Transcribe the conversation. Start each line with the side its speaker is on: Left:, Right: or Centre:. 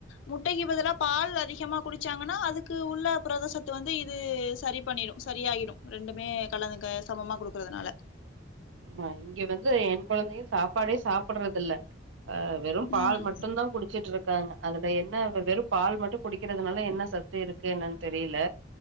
Left: முட்டைக்கு பதல்லா பால் அதிகமா குடிச்சாங்கன்னா அதுக்கு உள்ள பிரதசத்து வந்து இது சரி பண்ணிடு சரியாகிடும் ரெண்டுமே கலந்து சமமா குடுக்கறதுனால
Right: ஆமா இங்க வந்து என் குழந்தையும் சாப்பாடே சாப்பிடுறது இல்ல ஆஹ் வெறும் பால்
Left: ம்
Right: மட்டும்தா குடிச்சிட்டு இருக் இருக்காங்க அதுல என்ன வெறும் பால் மட்டும் குடிக் இருக்கிறதுனால என்ன சத்து இருக்கு என்னன்னு தெரியல